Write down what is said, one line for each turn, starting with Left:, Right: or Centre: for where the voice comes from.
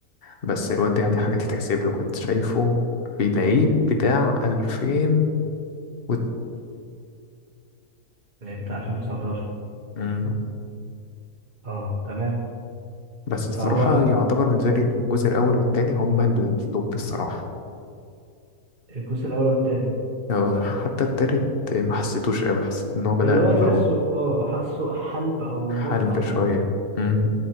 Left: بس الواد ده يعني حاجه تتحسب له كنت شايفه في العيد بتاع 2019
Right: اللي هي بتاع 2019
Left: امم
Right: اه تمام
Left: بس الصراحه
Right: فهو
Left: يعتبر بالنسبه لي الجزء الاول والتاني هما التوب الصراحه
Right: الجزء الاول والتاني
Left: آه، حتى التالت ما حسيتوش قوي حسيت ان هو بدأ
Right: اللي هو
Left: يبوخ
Right: تحسه اه حاسه حلب او
Left: حلب
Right: مقطع على
Left: شوية
Right: الفاضي
Left: مم.